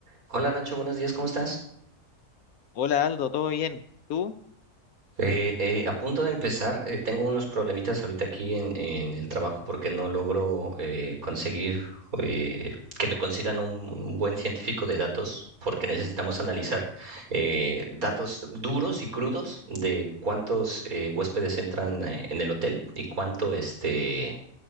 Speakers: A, on the right (about 65°); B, on the left (about 70°).
A: Hola Nacho, buenos días, ¿cómo estás?
B: Hola Aldo, ¿todo bien? ¿Tú?
A: Eh, eh, a punto de empezar, eh, tengo unos problemitas ahorita aquí en, en el trabajo porque no logro eh, conseguir eh, que me consigan un, un buen científico de datos porque necesitamos analizar eh, datos duros y crudos de cuántos eh, huéspedes entran eh, en el hotel y cuánto este,